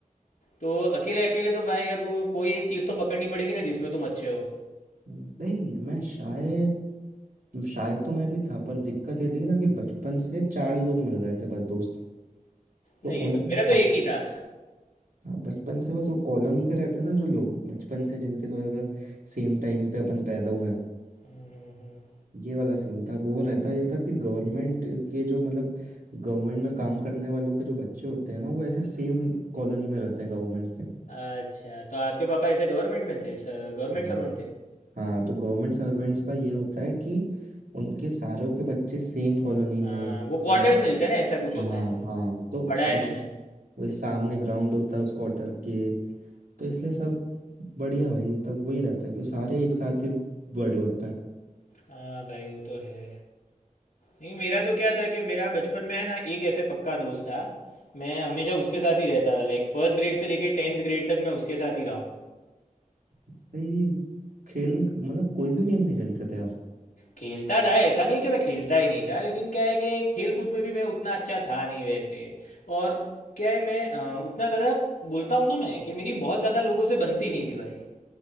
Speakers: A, on the left; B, on the right.
A: तो अकेले अकेले तो भाई अब कोई एक चीज़ तो पकड़नी पड़ेगी ना जिसमें तुम अच्छे हो
B: भाई मैं शायद शायद तो मैं भी था पर दिक्कत ये थी ना कि बचपन से चार लोग मिल गए थे बस दोस्त तो
A: नहीं
B: उनकी
A: भाई मेरा तो एक ही था
B: हाँ बचपन से बस वो कॉलोनी के रहते हैं ना जो लोग बचपन
A: हम्म,
B: से जिनके साथ मतलब सेम टाइम पे अपन पैदा हुए हैं
A: हम्म, हम्म। हम्म।
B: ये वाला सीन था वो रहता ये था कि गवर्नमेंट के जो मतलब गवर्नमेंट में काम करने वालों के जो बच्चे होते हैं ना वो ऐसे सेम कॉलोनी में रहते हैं गवर्नमेंट के
A: अच्छा तो आपके पापा ऐसे गवर्नमेंट में थे गवर्नमेंट
B: हाँ
A: सर्वेंट थे
B: हाँ तो गवर्नमेंट सर्वेंट्स का ये होता है कि उनके सारों के बच्चे सेम कॉलोनी में
A: हाँ
B: सेम
A: वो क्वार्टर्स मिलते हैं ना ऐसा कुछ होता
B: हाँ
A: है
B: हाँ तो
A: पढ़ा है
B: वो
A: मैंने
B: वही सामने ग्राउंड होता है उस क्वार्टर के तो इसलिए सब बढ़िया भाई तब वही रहता है कि सारे एक साथ ही बड़े होते हैं
A: हाँ भाई वो तो है नहीं मेरा तो क्या था कि मेरा बचपन में है ना एक ऐसे पक्का दोस्त था मैं हमेशा उसके साथ ही रहता था लाइक फर्स्ट ग्रेड से लेके टेंथ ग्रेड तक मैं उसके साथ ही रहा हूँ
B: भाई खेल मतलब कोई भी गेम नहीं खेलते थे आप
A: खेलता था ऐसा नहीं कि मैं खेलता ही नहीं था लेकिन क्या है कि खेल कूद में भी मैं उतना अच्छा था नहीं वैसे और क्या है मैं अ, उतना ज़्यादा बोलता हूँ ना मैं कि मेरी बहुत ज़्यादा लोगों से बनती नहीं थी भाई